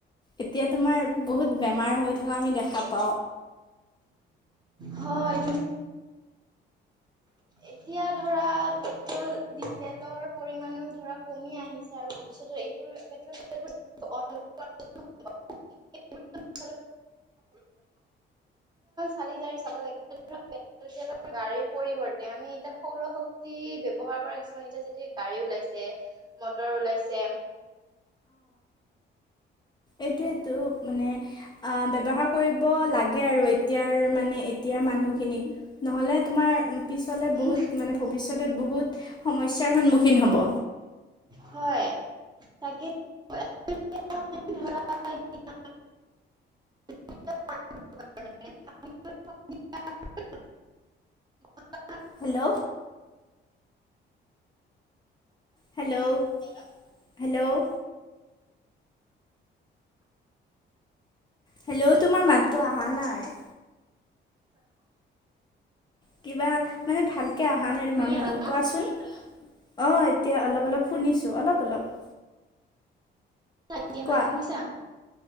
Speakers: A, on the left (about 20°); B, on the right (about 20°).
A: এতিয়া তোমাৰ বহুত বেমাৰ হৈ থকা আমি দেখা পাওঁ
B: হয় এতিয়া ধৰা পেট্ৰল ডিজেলৰ পৰিমণো ধৰা কমি আহিছে আৰু ভৱিষ্যতে এইবোৰ পেট্ৰ <unintelligible> <unintelligible> চালি জাৰি চাব লাগে পেট্ৰলেৰ গাড়ীৰ পৰি আমি এতিয়া সৌৰ শক্তি ব্যৱহাৰ কৰা কিছুমান এতিয়া যেতিয়া গাড়ী ওলাইছে মটৰ ওলাইছে
A: এইটোয়েইটো মানে অ ব্যৱহাৰ কৰিব লাগে আৰু। এতিয়াৰ মানে এতিয়াৰ মানুহখিনিক নহ'লে তোমাৰ পিছলে বহুত
B: উ
A: মানে ভৱিষ্যতত বহুত বহুত সমস্যাৰ সন্মুখীন হ'ব।
B: হয় তাকে <unintelligible> তাকে ধৰা এতিয়া <unintelligible> <unintelligible>
A: হেল্ল' হেল্ল' হেল্ল' হেল্ল' তোমাৰ মাততো অহা নাই। কিবা মানে ভাল কে অহা নাই তোমাৰ
B: শুনি
A: মাৰমাৰ
B: আছা
A: কোৱাচোন অ এতিয়া অলপ অলপ শুনিছোঁ। অলপ অলপ
B: এতিয়া
A: কোৱা
B: ভালকে শুনিছা